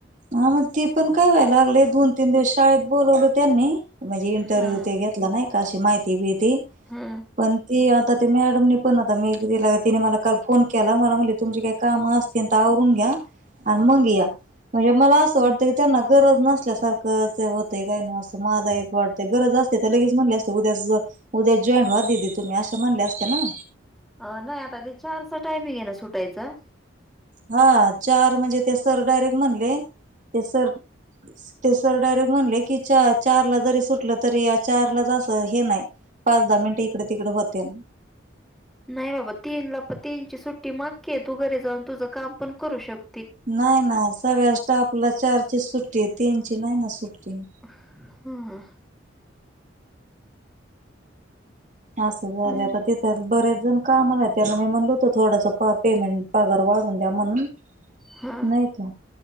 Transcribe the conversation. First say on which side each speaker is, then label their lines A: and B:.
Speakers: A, on the right; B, in the centre.
A: हा मग ती पण काय व्हायला लागले, दोन तीन दिवस शाळेत बोोलवलं त्यांनी. म्हणजे इंटरव्ह्यू
B: हा
A: ते घेतला, नाही का अशी माहिती भीती
B: हा
A: पण ती आता ते मॅडमने पण आता मी तिला, तिने मला काल फोन केला मला म्हटले तुमची काही कामं असतील तर आवरून घ्या त आणि मग या म्हणजे, मला असं
B: हा
A: वाटतं की त्यांना गरज नसल्यासारखंच, होतं काय न असं मला एक वाटतें गरज असते तर लगेच म्हणले असते उद्या <unintelligible> उद्या जॉईन व ददी तुम्ही असे म्हणले असते ना,
B: अ नाही आता ते चार चा टायमिं हे ना, सुटायचं
A: हा चार म्हणजे ते सर डायरेक्ट म्हणले ते सर ते सर डायरेक्ट म्हणले, की च चार ला जरी सुटलं तरी चारला जास हे नाही पाच दहा मिनिट इकडे तिकड होत्यान
B: नाही बाबा तीन ला, पण तीन ची सुट्टी मागकी, तू घरी जाऊन तुझं काम पण करू शकत
A: नाही ना सगळ्या स्टाफ आपला चारची सुट्टी, तीनची नाही ना सुट्टी
B: हा हा.
A: असं झालं
B: हम्म,
A: तर तिथं बरेच जण का <unintelligible> मला त्यांना मी म्हणल होत थोडास प पेमेंट पगार वाढून द्या म्हणून
B: हा
A: नाही का